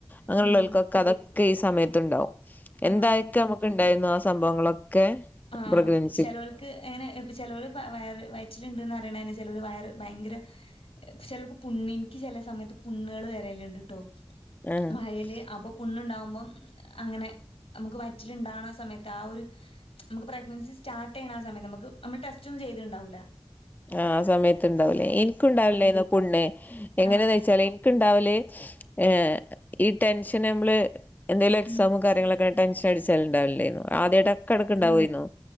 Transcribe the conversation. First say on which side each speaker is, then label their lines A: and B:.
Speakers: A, on the left (about 20°); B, on the left (about 90°).
A: അങ്ങനുള്ളോൾക്കൊക്കെ
B: ആഹ്
A: അതക് പ്പോ ഈ സമയത്ത്ണ്ടാവും എന്തായിക്ക
B: ആഹ്
A: നമുക്ക്ണ്ടേയ്ന്നോ സംഭവങ്ങള് ക്കെ
B: ആഹ്
A: പ്രഗ്നൻ
B: ചെലോൽക്ക് എങ്ങനെ ചെലോല് വയർ വയറ്റിലിണ്ട്ന്നറി ചേലോരെ വയറ് ഭയങ്കരെ ചെലോർക്ക് പുണ്ണ് ൻക്ക് ചെലേ സമയത്ത് പുണ്ണ്കള് വരല്ണ്ട് ട്ടോ
A: ആഹ്
B: വായെല് അപ്പൊ പുണ്ണ്ണ്ടാവുമ്പം അങ്ങനെ നമുക്ക് വയറ്റിലിണ്ടാവ്ണാ സമയത്ത് ആ ഒര് നമ്ക്ക് പ്രെഗ്നൻസി സ്റ്റാർട്ടെയ്യ്ണാ ആ സമയത്ത് നമ്മക്ക് അമ്മൾ ടെസ് റ്റും ചെയ്ത്ണ്ടാവൂലാ
A: ആ സമയത്ത്ണ്ടാവൂല്ലേ എൻക്കുണ്ടാവലെന്നോ പുണ്ണ് എങ്ങനെന്ന്
B: ആഹ്
A: വെച്ചാല് എൻക്ക് ണ്ടാവല് ഏഹ് ഈ ടെൻഷന് നമ്മള് എന്തെലും എക്സാമും
B: ഉം
A: കാര്യങ്ങളൊക്കെ ടെൻഷൻ അടിച്ചാലുണ്ടാവലെന്നു. ആഹ് അത് എടക്കെടക്ക്‌ ഇണ്ടാവേയ്ന്നു